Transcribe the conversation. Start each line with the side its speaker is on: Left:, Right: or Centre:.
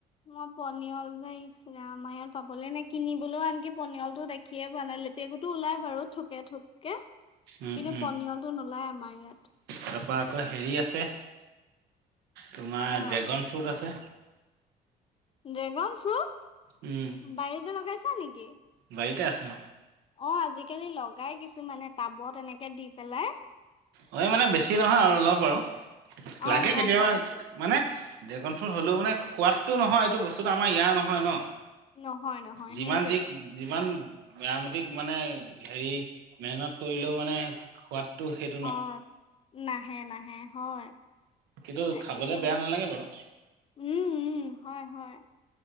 Left: মই পনিয়ল যে ইচ্ ৰাম আমাৰ ইয়াত পাবলে নাই কিনি- লেও আনকি পনিয়লটো দেখিয়ে পোৱা নাই লেটেকু ওলাই বাৰু থোকে থুক- কি,
Right: উম
Left: কিন্তু
Right: উম
Left: পনিয়লটো নোলায় আমাৰ ইয়াত।
Right: তাৰপা আকৌ হেৰি আছে তোমাৰ
Left: অ
Right: ড্ৰেগন ফ্ৰুট আছে।
Left: Dragon fruit!
Right: উম'
Left: বাৰীতে লগাইছা নেকি?
Right: বাৰীতে আছে অঁ'
Left: অঁ' আজিকালি লগাই কিছুমানে টাবত এনেকে দি পেলাই।
Right: হয় মানে বেছি নহয় আৰু অলপ আৰু
Left: অ
Right: লাগে
Left: গম
Right: কেতিয়াবা
Left: পাইছো
Right: মানে- ড্ৰেগন ফ্ৰুট হ'লেও মানে সোৱাদটো নহয়, এইটো বস্তুটো আমাৰ ইয়াৰ নহয় ন'।
Left: নহয় নহয়
Right: যিমান
Left: সেইটোৱে
Right: যি যিমান- মেৰামতিক মানে হেৰি মেহনত কৰিলেও মানে সোৱাদটো সেই-
Left: অঁ' নাহে নাহে হয়।
Right: কিন্তু
Left: তাকেহে
Right: খাবলে বেয়া নালাগে বাৰু।
Left: উম উম' হয় হয়।